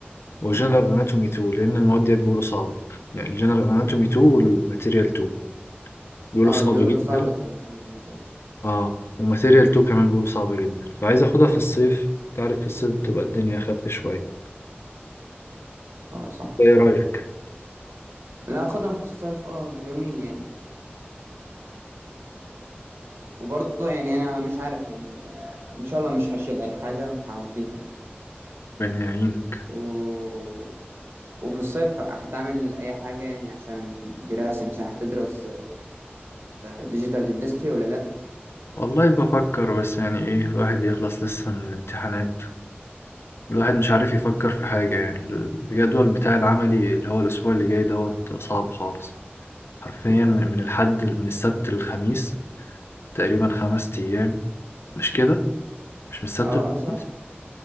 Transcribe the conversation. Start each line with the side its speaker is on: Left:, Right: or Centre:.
Left: وجنرال اناتومي 2 لان المواد ديت بيقولوا صعبه يعني الجنرال اناتومي 2 والماتيريال 2 بيقولوا
Right: اه
Left: صعبه
Right: بيقولوا
Left: جدا
Right: صعبة جنرال اناتومي 2
Left: اه وماتيريال 2 كمان بيقولوا صعبه جدا فعايز اخدها في الصيف تعرف في الصيف بتبقى الدنيا اخف شويه
Right: اه صح
Left: ايه رايك
Right: لا خدهم في الصيف اه جميل يعني وبرضه يعني انا مش عارف يعني آه، ان شاء الله مش هشيل اي حاجة هعديهم
Left: ربنا يعينك
Right: و... وفي الصيف هتعمل اي حاجة يعني عشان دراسة مثلا هتدرس ديجيتال اندستري ولا لا
Left: والله بفكر بس يعني ايه الواحد يخلص لسه من الامتحانات الواحد مش عارف يفكر في حاجة يعني الجدول بتاع العملي اللي هو الأسبوع اللي جاي دوت صعب خالص حرفيا من من الحد من السبت للخميس تقريبا خمس أيام مش كده مش من السبت
Right: اه
Left: للخميس
Right: اه صح